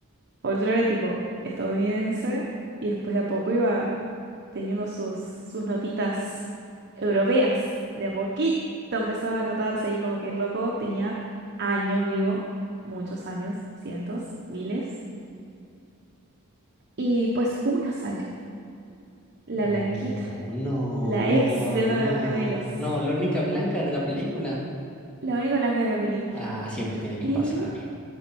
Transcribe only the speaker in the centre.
No,
no,
no,
no,
no, la única blanca de la película.
Ah, siempre tiene que
pasar.